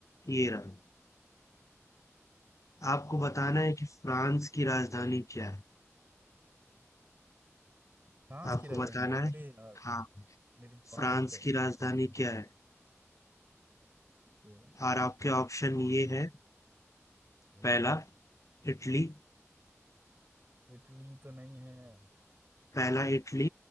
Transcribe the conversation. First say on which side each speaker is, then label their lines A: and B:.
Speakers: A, on the left (about 80°); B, on the right (about 40°).
A: ये रहा आपको बताना है कि फ्रांस की राजधानी क्या है
B: फ्रांस
A: आपको
B: की राजधानी
A: बताना है
B: अरे यार
A: हाँ
B: मेरी जुबान
A: फ्रांस
B: पे
A: की राजधानी क्या है
B: तो
A: और आपके ऑप्शन ये है
B: जिम्बाब्वे।
A: पहला इटली
B: इटली तो नहीं है
A: पहला इटली